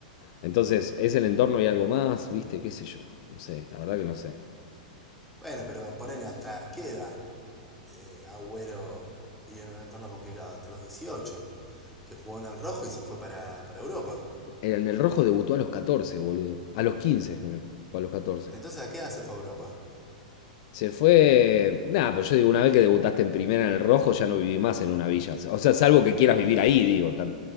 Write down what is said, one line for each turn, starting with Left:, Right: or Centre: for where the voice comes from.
Left: Entonces, es el entorno y algo más, ¿viste? ¿Qué sé yo? No sé, la verdad que no sé.
Centre: Bueno, pero ponele hasta qué edad. Eh, Agüero vivió en un entorno complicado, hasta los 18 que jugó en el rojo y se fue para, para Europa.
Left: En el rojo debutó a los catorce boludo. A los 15 creo. O a los catorce
Centre: Entonces, ¿a qué edad se fue a Europa?
Left: Se fue. Nada, pero yo digo, una vez que debutaste en primera en el rojo, ya no viví más en una villa. O sea, salvo que quieras vivir ahí, digo, ta-